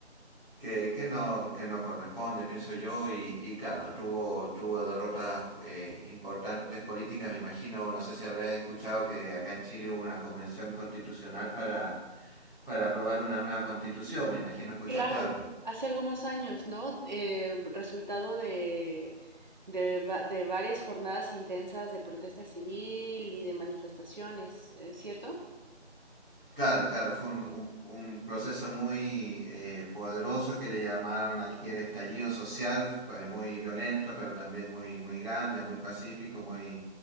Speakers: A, in the centre; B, on the right (about 40°).
A: que, que no, que no corresponde, pienso yo, y, y claro, tuvo, tuvo derrotas eh, importantes políticas, me imagino, no sé si habrás escuchado que acá en Chile hubo una convención constitucional para, para aprobar una nueva constitución, me imagino, ¿escuchaste
B: Claro,
A: algo?
B: hace algunos años, ¿no? Eh, resultado de, de, va- de varias jornadas intensas de protesta civil y de manifestaciones, ¿eh? ¿cierto?
A: Claro, claro, fue un, un- un proceso muy eh, poderoso que le llamaron aquí el estallido social, fue muy violento, pero también muy, muy grande, muy pacífico, muy,